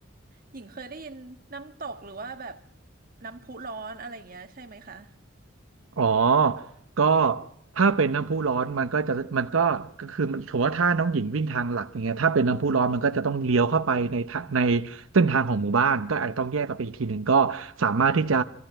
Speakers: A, on the right (about 45°); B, on the right (about 90°).
A: หญิงเคยได้ยินน้ำตกหรือว่าแบบน้ำพุร้อนอะไรอย่างเงี้ยใช่ไหมคะ
B: อ๋อก็ถ้าเป็นน้ำพุร้อนมันก็จะมันก็ก็คือมันถือว่าถ้าน้องหญิงวิ่งทางหลักอย่างเงี้ยถ้าเป็นน้ำพุร้อนมันก็จะต้องเลี้ยวเข้าไปในทะในเส้นทางของหมู่บ้านก็อาจจะต้องแยกกันไปอีกทีหนึ่งก็สามารถที่จะ